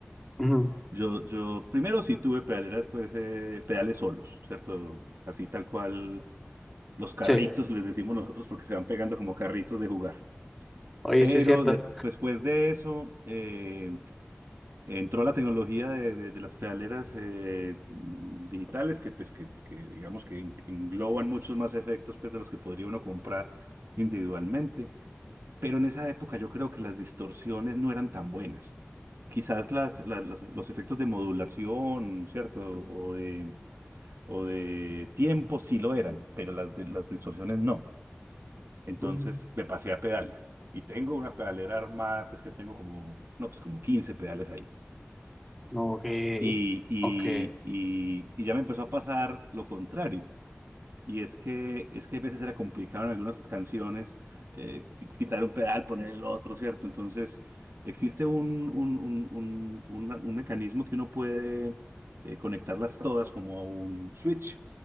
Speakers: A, in the centre; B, on the right.
A: Ujú,
B: Yo, yo primero sí tuve pedaleras, pues eh, pedales solos, ¿cierto? Así tal cual los carritos,
A: Sí,
B: les decimos nosotros, porque se van pegando como carritos de jugar.
A: oye,
B: Pero
A: sí es cierto.
B: des- después de eso eh, entró la tecnología de, de- de las pedaleras eh, digitales que, pues, que, que digamos que en- engloban muchos más efectos pues, de los que podría uno comprar individualmente. Pero en esa época yo creo que las distorsiones no eran tan buenas. quizás las, las- las- los efectos de modulación, ¿cierto? O de, o de tiempo sí lo eran, pero las, de- las distorsiones no. Entonces
A: Ujú,
B: me pasé a pedales y tengo una pedalera armada, pues que tengo como, no, pues como 15 pedales ahí.
A: Ok,
B: Y, y,
A: ok.
B: y, y ya me empezó a pasar lo contrario. Y es que, es que a veces era complicado en algunas canciones eh, qui- quitar un pedal, poner el otro, ¿cierto? Entonces, existe un, un, un, un, un- un mecanismo que uno puede eh, conectarlas todas como a un switch.